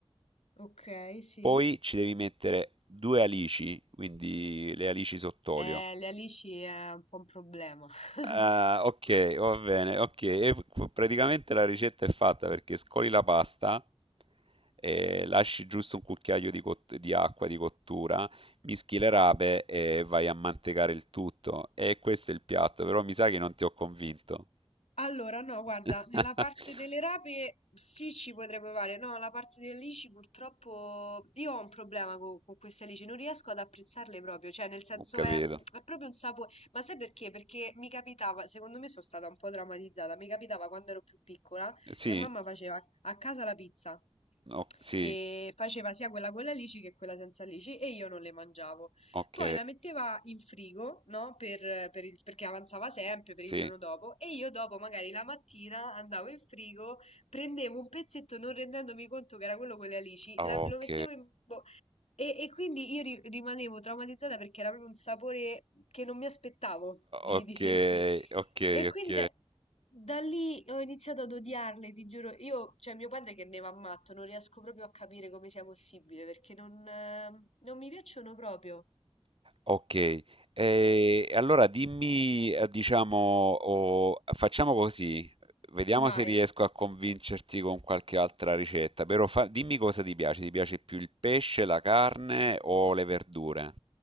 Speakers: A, on the left; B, on the right.
A: ok, sì.
B: poi ci devi mettere due alici, quindi le alici sott'olio.
A: Eh, le alici è un po' un problema. <laughs>
B: Ah, ok, va bene, ok. E qu- praticamente la ricetta è fatta perché scoli la pasta, eh, lasci giusto un cucchiaio di, cot- di acqua di cottura, mischi le rape e vai a mantecare il tutto. E questo è il piatto, però mi sa che non ti ho convinto.
A: Allora, no, guarda,
B: <laughs>
A: nella parte delle rape sì ci potrei provare, no, la parte delle alici purtroppo io ho un problema co- con, queste alici, non riesco ad apprezzarle proprio, cioè nel senso
B: Ho capito.
A: è, mm, è proprio un sapore, ma sai perché? Perché mi capitava, secondo me sono stata un po' traumatizzata, mi capitava quando ero più piccola
B: Sì,
A: che mamma faceva a casa la pizza
B: no- sì,
A: e faceva sia quella con le alici che quella senza alici e io non le mangiavo.
B: ok,
A: Poi la metteva in frigo, no? Per- per il- perché avanzava sempre per
B: sì,
A: il giorno dopo e io dopo magari la mattina andavo in frigo, prendevo un pezzetto non rendendomi conto che era quello con le alici,
B: ok.
A: la- lo mettevo in bocca e, e quindi io ri- rimanevo traumatizzata perché era proprio un sapore che non mi aspettavo di,
B: Ok,
A: di sentire.
B: ok,
A: E quindi
B: ok.
A: da, da lì ho iniziato ad odiarle, ti giuro. Io, cioè mio padre che ne va matto, non riesco proprio a capire come sia possibile perché non, eh, non mi piacciono proprio.
B: Ok, e allora dimmi, eh, diciamo, o- facciamo così, vediamo
A: Vai.
B: se riesco a convincerti con qualche altra ricetta, però fa- dimmi cosa ti piace, ti piace più il pesce, la carne o le verdure?